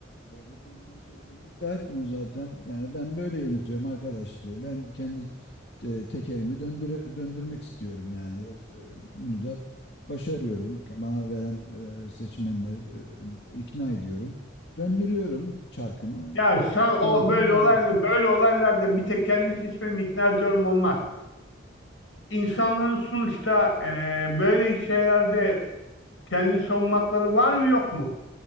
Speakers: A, on the left; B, on the left.
A: devlet anlayışı olduğunu iddia etmiyor zaten. Yani ben böyle yönetiyorum arkadaş diyor. Ben kendi e, tekerimi döndüre, döndürmek istiyorum yani. E, Bunu da başarıyorum. Ke- Bana veren e, seçmenler e, ikna ediyorum. Döndürüyorum çarkımı.
B: Ya sen
A: Keyfim
B: o böyle
A: yerine.
B: olaylar böyle olaylarda bir tek kendini seçmemi ikna ediyorum olmaz. İnsanların sonuçta e, böyle şeylerde kendini savunmakları var mı yok mu?